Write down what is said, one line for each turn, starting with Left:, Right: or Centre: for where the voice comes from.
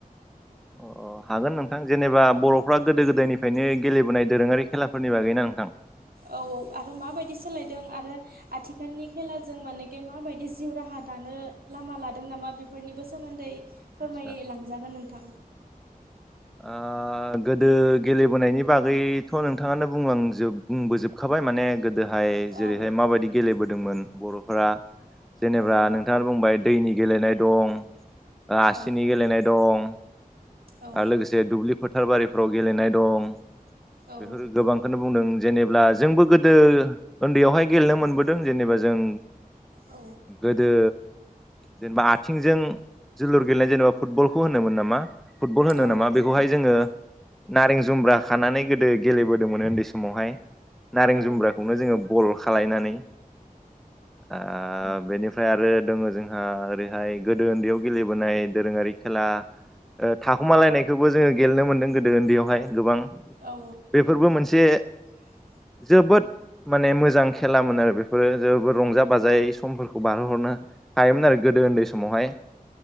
Centre: अ हागोन नोंथां जेनेबा बर'फ्रा गोदो गोदायनिफ्रायनो गेलेबोनाय दोरोङारि खेलाफोरनि बागैना नोंथां?
Right: औ औ आरो माबायदि सोलायदों आरो आथिखालनि खेलाजों मानेके माबायदि जिउ राहा दानो लामा लादों नामा बेफोरनिबो सोमोन्दै फोरमायलांजागोन
Centre: आतसा
Right: नोंथां।
Centre: ओ गोदो गेलेबोनायनि बागैथ' नोंथाङानो बुंलांजोब बुंबोजोबखा बाय माने गोदोहाय
Right: औ
Centre: जेरैहाय माबायदि गेलेबोदोंमोन बर'फोरा जेनेबा
Right: औ
Centre: नोंथाङा बुंबाय दैनि गेलेनाय दं आसिनि
Right: औ
Centre: गेलेनाय दं।
Right: औ
Centre: आरो लोगोसे दुब्लि फोथार बारिफोराव गेलेनाय दं
Right: औ
Centre: बेफोर गोबांखौनो बुंदों। जेनेबा जोंबो गोदो उन्दैयावहाय गेलेनो मोनबोदों जेनेबा जों
Right: औ
Centre: गोदो जेनेबा आथिंजों जोलुर गेलेनाय जेनेबा फुटबलखौ होनोमोन नामा फुटबल होनो
Right: औ
Centre: नामा बेखौहाय जोङो नारें जुम्ब्रा खानानै गोदो गेलेबोदोंमोन उन्दै समावहाय नारें
Right: औ
Centre: जुम्ब्राखौनो जोङो बल खालायनानै ओ बेनि फ्राय आरो दङ जोंहा ओरैहाय गोदो उन्दैयाव गेलेबोनाय दोरोङारि खेला थाखुमालायनायखौबो जोङो गेलेनो मोनदों गोदो उन्दैयावहाय गोबां
Right: औ
Centre: बेफोरबो मोनसे
Right: <unintelligible>
Centre: जोबोद माने मोजां खेेलामोन आरो बेफोरो जेबो रंजा बाजायै समफोरखौ बारहोहरनो हायोमोन आरो गोदो उन्दै समावहाय